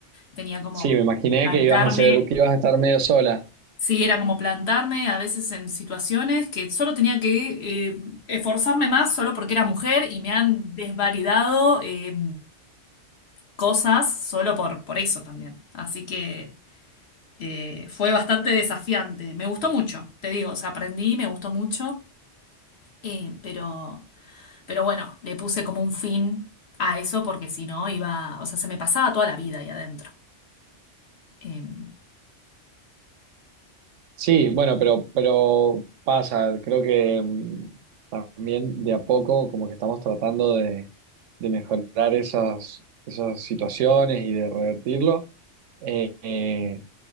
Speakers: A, on the left (about 60°); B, on the right (about 85°).
A: tenía como
B: Sí, me
A: que
B: imaginé
A: plantarme.
B: que ibas a hacer, que ibas a estar medio sola.
A: Sí, era como plantarme a veces en situaciones que solo tenía que eh, esforzarme más solo porque era mujer y me han desvalidado eh, cosas solo por, por eso también. Así que eh, fue bastante desafiante. Me gustó mucho, te digo, o sea, aprendí, me gustó mucho, eh, pero, pero bueno, le puse como un fin a eso porque si no iba, o sea, se me pasaba toda la vida ahí adentro. Em,
B: Sí, bueno, pero, pero pasa, creo que mm, también de a poco como que estamos tratando de, de mejorar esas, esas situaciones y de revertirlo. Eh, eh,